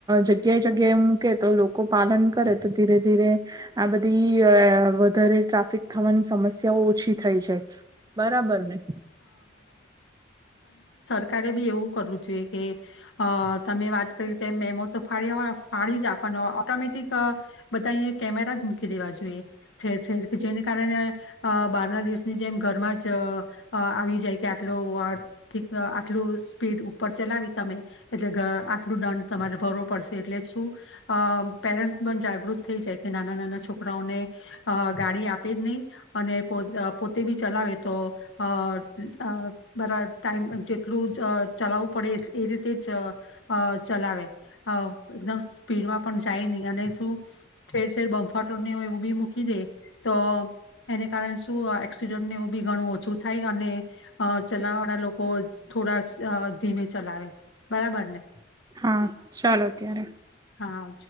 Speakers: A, on the right; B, on the left.
A: જગ્યાએ જગ્યાએ મૂકે તો લોકો પાલન કરે તો ધીરે ધીરે આ બધી અહ વધારે ટ્રાફિક થવાની સમસ્યાઓ ઓછી થઈ જાય, બરાબર ને?
B: કારે બી એવું કરવું જોઈએ કે અહ તમે વાત કરી તેમ મેમો તો ફાળ્યો હો ફાળી જ આપવાનો, ઓટોમેટિક બધા અહિંયા કેમેરા જ મૂકી દેવા જોઈએ ઠેર ઠેર, જેને કારણે અહ <unintelligible> ની જેમ ઘરમાં જ અહ અહ આવી જાય કે આટલું વાર ઠીક્ન આટલું સ્પીડ ઉપર ચલાવી તમે એટલે ગ આટલું દંડ તમારે ભરવું પડશે, એટલે શું પેરેન્ટ્સ પણ જાગૃત થઈ જાય કે નાના નાના છોકરાઓને અહ ગાડી આપે જ નહીં અને પો પોતે બી ચલાવે તો અહ બરા ટાઈમ પર જેટલું ચ ચલાવવું પડે એટ એ રીતે જ અહ ચલાવે, અહ એકદમ સ્પીડમાં પણ જાય નહી અને શું ઠેર ઠેર બંફાટનો હોય એવું બી મૂકી દે તો એને કારણે સ તો આ એક્સસીડેન્ટ ને એવું બી ઘણું ઓછું થાય અને અહ ચલાવવા વાળા લોકો થોડા સ અહ ધીમે ચલાવે. બરાબર ને
A: હા ચાલો ત્યારે
B: હા.